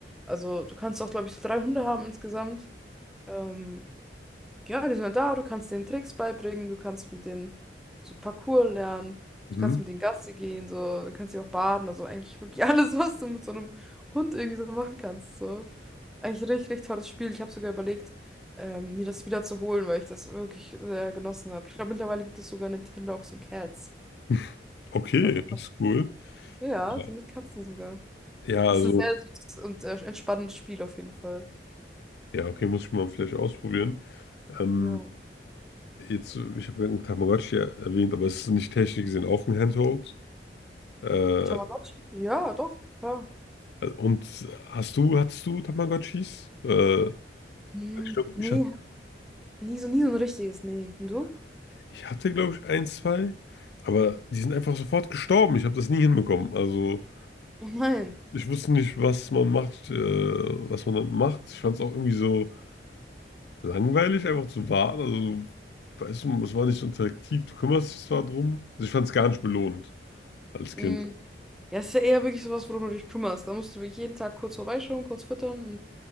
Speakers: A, in the centre; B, on the left.
A: Also du kannst auch, glaube ich, so drei Hunde haben insgesamt. Ähm, ja, die sind dann da, du kannst denen Tricks beibringen, du kannst mit denen so Parkour lernen,
B: Mhm.
A: du kannst mit denen Gassi gehen, so, du kannst sie auch baden, also eigentlich wirklich alles, <laughs> was du mit so einem Hund irgendwie so machen kannst. So. Eigentlich ein richtig, richtig tolles Spiel. Ich habe sogar überlegt, ähm, mir das wieder zu holen, weil ich das wirklich sehr genossen habe. Ich glaube, mittlerweile gibt es sogar Nintendogs und Cats.
B: <laughs> Okay,
A: Also,
B: das ist cool.
A: ja,
B: Ja,
A: so mit Katzen sogar.
B: ja
A: Das
B: also,
A: ist ein sehr süßes und äh, entspannendes Spiel auf jeden Fall.
B: ja, okay, muss ich mal vielleicht ausprobieren. Ähm,
A: Ja.
B: Jetzt, äh, ich habe einen Tamagotchi erwähnt, aber es ist nicht technisch gesehen auch ein Handheld. Äh,
A: Tamagotchi?
B: ja.
A: Ja, doch, klar.
B: äh, Und hast du, hattest du Tamagotchis? Äh,
A: Hm,
B: ich glaube, ich
A: nee,
B: hatte,
A: hat nie so, nie so ein richtiges, nee. Und du?
B: ich hatte, glaube ich, ein, zwei, aber die sind einfach sofort gestorben. Ich habe das nie hinbekommen. Also,
A: Oh nein.
B: ich wusste nicht, was man macht, äh, was man da macht. Ich fand es auch irgendwie so langweilig, einfach zu warten. Also, weißt du, es war nicht so interaktiv. Du kümmerst dich zwar drum. Also, ich fand es gar nicht belohnt als Kind.
A: Hm. Ja, es ist ja eher wirklich sowas, worum du dich kümmerst. Da musst du wirklich jeden Tag kurz vorbeischauen, kurz füttern und